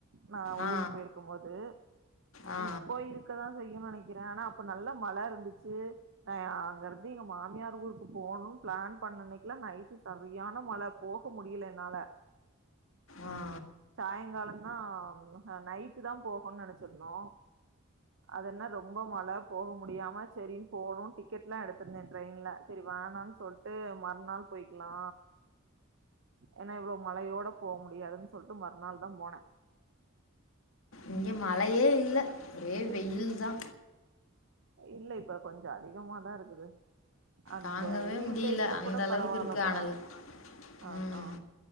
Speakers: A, on the right (about 60°); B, on the left (about 75°).
A: நா
B: ஆ
A: ஊருக்கு போயிர்க்கும்போது
B: ஆ ஆ ஆ
A: இப்ப இருக்கதான் செய்யுனு நெனைக் க்குறேன் ஆனா அப்ப நல்லா மழை இருந்துச்சு அ அங்கிருந்து எங்க மாமியார் ஊருக்கு போணுனு ப்ளான் பண் பண்ண அன்னைக்கெல்லா நைட்டு சரியான மழை போக முடில என்னால
B: ஆ ஆ
A: சாய்ங்காலந்தா ஹ நைட்டுதா போகணுனு நெனச்சிருந்தோ அதுனா ரொம்ப மழை போக முடியாம செரின்னு போவோனு டிக்கெட்ல்லா எடுத்திருந்தேன் ட்ரெயின்ல செரி வா வேணானு சொல்ட்டு மறுநாள் போய்க்லா எஏனா இவ்ளோ மழையோட போ முடியாதுன்னு சொல்ட்டு மறுநாள்தா போனே
B: இங்க மழையே இல்ல ஒரே
A: ம்
B: வெயில்தா
A: இல்ல இப்ப கொஞ்சோ அதிகமாதா இருக்குது. அந்த
B: தாங்கவே
A: லீவ்
B: முடியல
A: டைத்துல
B: அந்த
A: கூட
B: அளவுக்கு
A: பரவால
B: இருக்கு
A: போல
B: அனல்
A: அதா
B: ம்